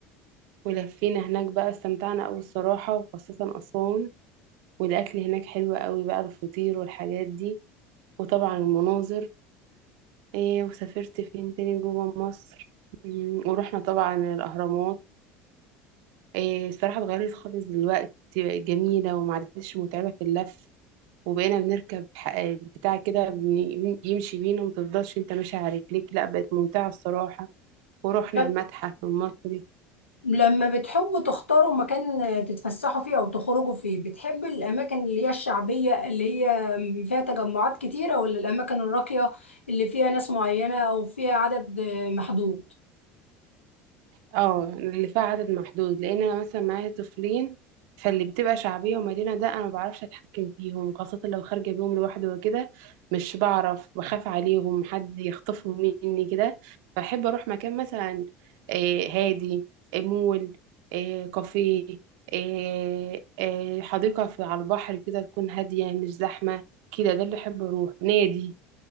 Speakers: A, on the right; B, on the left.
A: ولفينا هناك بقى استمتعنا قوي الصراحه وخاصه اسوان والاكل هناك حلو قوي بقى الفطير والحاجات دي وطبعا المناظر إيه وسافرت فين تاني جوه مصر مم، ورحنا طبعا الاهرامات إيه الصراحة اتغيرت خالص دلوقتي بقت جميلة وما عادتش متعبة في اللف وبقينا بنركب ح- بتاع كده بن- يمشي بينا ومتفضلش انت ماشي على رجليك لا بقت ممتعة الصراحة ورحنا
B: لب-
A: المتحف المصري
B: لما بتحبوا تختاروا مكان تتفسحوا فيه أو تخرجوا فيه بتحب الأماكن اللي هي الشعبية اللي هي فيها تجمعات كتيرة ولا الأماكن الراقية اللي فيها ناس معينة أو فيها عدد محدود؟
A: اه اللي فيها عدد محدود لان انا مثلا معايا طفلين فاللي بتبقى شعبيه ومدينه ده انا ما بعرفش اتحكم فيهم خاصه لو خارجه بيهم لوحدي وكده مش بعرف بخاف عليهم حد يخطفهم مني كده فاحب اروح مكان مثلا آه، هادي آه، مول آه، كافيه آه، آه، حديقه في على البحر كده تكون هاديه مش زحمه كده ده اللي احب اروح نادي